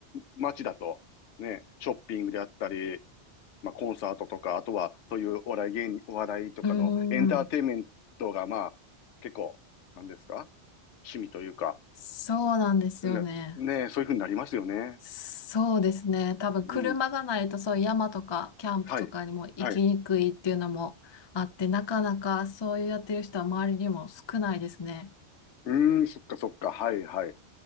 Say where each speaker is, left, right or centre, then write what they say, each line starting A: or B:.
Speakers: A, on the left (about 85°); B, on the left (about 35°).
A: 街だと、ね、ショッピングであったり、まあコンサートとか、あとはそういうお笑い芸人、お笑いとかのエンターテインメントがまあ結構、
B: うん。
A: なんですか趣味というか、
B: そうなんですよね。
A: ね、ね、そういうふうになりますよね。
B: そうですね。多分車がないとそういう山とかキャンプとかにも行きにくいっていうのもあって、
A: うん、はい、はい。
B: なかなかそういうやってる人は周りにも少ないですね。
A: うーん、そっかそっか、はいはい。